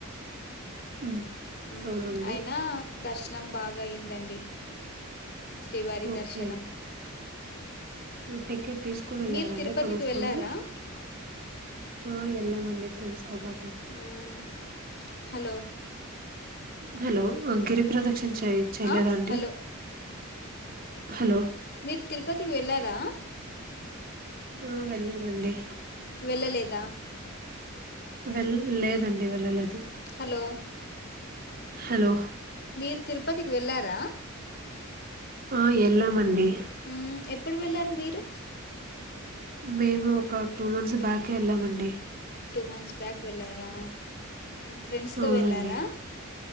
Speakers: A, on the right (about 45°); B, on the left (about 50°).
A: హ్మ్
B: ఉమ్
A: అవునండి
B: అయినా దర్శనం బాగా అయ్యిందండి శ్రీవారి
A: ఓకే
B: దర్శనం
A: టికెట్ తీసుకుని
B: మ్మ్,
A: వెళ్ళారండి
B: మీరు తిరుపతికి
A: కొనుక్కొని
B: వెళ్ళారా
A: ఆ ఎల్లామండి ఫ్రెండ్స్ తో పాటు
B: మ్మ్, హలో
A: హలో అ గిరిప్రద క్షిణ చేయి చేయలేదండి
B: ఆ, హలో
A: హలో
B: మీరు తిరుపతికి వెళ్ళారా
A: ఆ వెళ్లామండి
B: వెళ్ళలేదా
A: వెళ్ళ లేదండి వెళ్ళలేదు
B: హలో
A: హలో
B: మీరు తిరుపతికి వెళ్ళారా
A: ఆ వెళ్ళమండి
B: మ్మ్, ఎప్పుడు వెళ్ళారు మీరు
A: మేము ఒక టూ మంత్స్ బ్యాకే వెళ్ళామండి
B: టూ మంత్స్ బ్యాక్ వెళ్ళారా ఫ్రెండ్స్తో
A: అవునండి
B: వెళ్ళారా